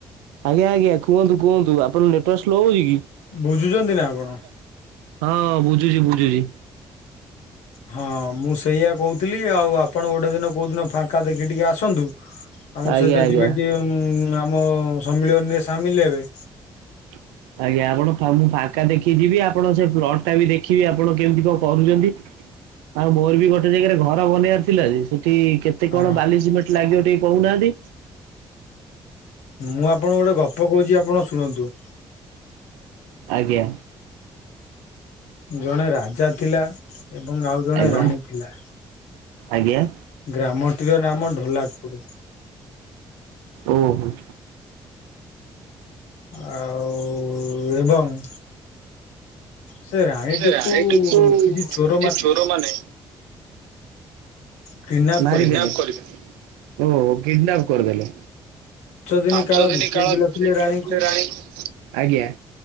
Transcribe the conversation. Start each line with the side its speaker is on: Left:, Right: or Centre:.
Right: ଆଜ୍ଞା, ଆଜ୍ଞା, କୁହନ୍ତୁ କୁହନ୍ତୁ, ଆପଣଙ୍କ ନେଟୱାର୍କ ସ୍ଲୋ ହଉ କି?
Left: ବୁଝୁଛନ୍ତି ନା ଆପଣ
Right: ହଁ, ବୁଝୁଛି, ବୁଝୁଛି।
Left: ହଁ, ମୁଁ ସେଇଆ କହୁଥିଲି। ଆଉ ଆପଣ ଗୋଟେ ଦିନ କୋଉଦିନ ଫାଙ୍କ୍ ଏକା ଦେଖି ଟିକେ ଆସନ୍ତୁ। ଆମ
Right: ଆଜ୍ଞା
Left: ସହିତ
Right: ଆଜ୍ଞା।
Left: ଯିବେ ଟିଏ। ଉଁ, ଆମ ସମ୍ମିଳନୀରେ ସାମିଲ ହେବେ।
Right: ହ ଆଜ୍ଞା, ଆପଣ ମୁଁ ଫାଙ୍କା ଦେଖିକି ଯିବି। ଆପଣ ସେ ପ୍ଲଟ୍ ଟା ବି ଦେଖିବି, ଆପଣ କେମିତି କଣ କରୁଛନ୍ତି? ଆଉ, ମୋର ବି ଗୋଟେ ଜାଗାରେ ଘର ବନେଇବାର ଥିଲା ଯେ, ସେଠି କେତ ତେ
Left: ହଁ
Right: କଣ ବାଲି ସିମେଟ୍ ଲାଗିବ ଟିକେ କହୁନାହାଁନ୍ତି।
Left: ମୁଁ, ଆପଣଙ୍କୁ ଗୋଟେ ଗପ କହୁଛି, ଆପଣ ଶୁଣନ୍ତୁ।
Right: ଆଜ୍ଞା।
Left: ଜଣେ ରାଜା ଥିଲା। ଏବଂ ଆଉ ଜଣେ
Right: ଆଜ୍ଞା।
Left: ରାଣୀ ଥିଲା
Right: ଆଜ୍ଞା।
Left: ଗ୍ରାମଟିର ନାମ ଢୋଲାକପୁର।
Right: ଓ ହୋ!
Left: ଆଉ-ଉ ଏବଂ ସେ ରାଣୀଟିକୁ
Right: ସେ ଆଇଟିକୁୁ
Left: କିଛି ଚୋର
Right: କିଛି ଚୋର ମାନେ
Left: କିଡନାପ
Right: ମାରି
Left: କରିଦେଲେ।
Right: ଦେଲେ, ଓହୋ କିଡନାପ୍ କର୍ ଦଲେ।
Left: ଦିନ
Right: ପାଞ୍ଚ
Left: କାଳ
Right: ଦିନି କାଳ ଲୁଚେଇକି
Left: ରଖିଲେ ରାଣୀଙ୍କୁ
Right: ଲଖିଲେ ରାଣୀ ଙ୍କୁ ଆଜ୍ଞା।